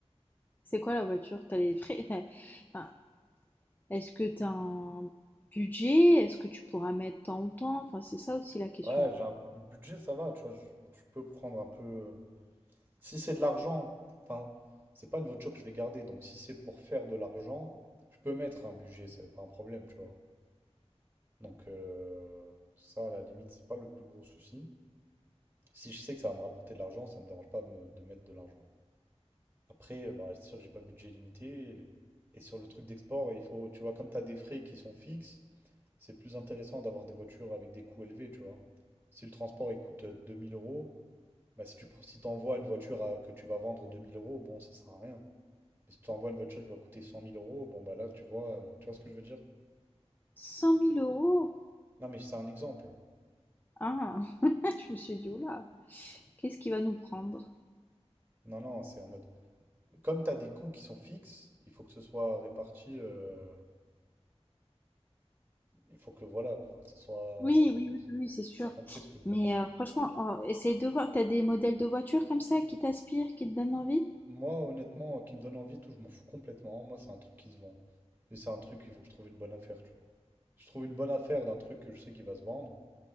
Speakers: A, on the left; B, on the right.
A: C'est quoi la voiture? T'as les frais. t'as- enfin, est-ce que t'as un budget? Est-ce que tu pourras mettre tant ou tant? Enfin, c'est ça aussi la question.
B: Ouais, j'ai un budget, ça va, tu vois, je, je peux prendre un peu. euh, Si c'est de l'argent, enfin, c'est pas une voiture que je vais garder, donc si c'est pour faire de l'argent, je peux mettre un budget, c'est pas un problème, tu vois. Donc euh, ça, à la limite, c'est pas le plus gros souci. Si je sais que ça va me rapporter de l'argent, ça me dérange pas de me- de mettre de l'argent. Après, euh, bah, c'est sûr que j'ai pas budget limité. Et sur le truc d'export, il faut, tu vois, comme tu as des frais qui sont fixes, c'est plus intéressant d'avoir des voitures avec des coûts élevés, tu vois. Si le transport il coûte euh, 2000 euros, bah, si tu pro- si t'envoies une voiture à- que tu vas vendre 2000 euros, bon, ça sert à rien. Mais si tu envoies une voiture qui va coûter 100 000 euros, bon, bah là, tu vois, euh, tu vois ce que je veux dire?
A: Cent mille euros
B: Non, mais c'est un exemple.
A: Ah! <laughs> Je me suis dit: «Ouh là, qu'est-ce qu'il va nous prendre?»
B: Non, non, c'est en mode. Comme tu as des coûts qui sont fixes, il faut que ce soit réparti. euh, il faut que, voilà, quoi, Ça soit.
A: Oui, oui, oui, oui, oui, c'est sûr.
B: T'as compris ce que je
A: Mais
B: veux dire?
A: heu, franchement, en essaye de voir. T'as des modèles de voitures comme ça qui t'inspirent, qui te donnent envie?
B: Moi, honnêtement, euh, qui me donne envie et tout, je m'en fous complètement. Moi, c'est un truc qui se vend. Et c'est un truc, il faut que je trouve une bonne affaire, tu vois. Je trouve une bonne affaire d'un truc que je sais qu'il va se vendre,